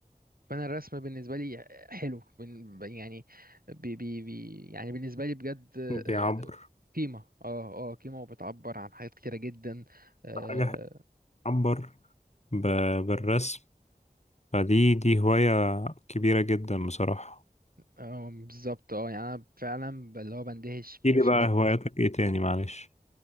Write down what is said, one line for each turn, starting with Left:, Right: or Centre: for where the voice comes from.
Right: فانا الرسم بالنسبه لي حلو بن- يعني بي بي بي يعني بالنسبه لي بجد
Left: بيعبر
Right: آه، قيمه اه اه قيمه وبتعبر عن حاجات كتيره جدا اه
Left: حاجة بتعبر ب- بالرسم فدي دي هواية كبيرة جدا بصراحة
Right: آه، بالظبط اه يعني انا فعلا ب- اللي هو بندهش
Left: ايه
Right: برسومات
Left: دي بقى هواياتك ايه تاني معلش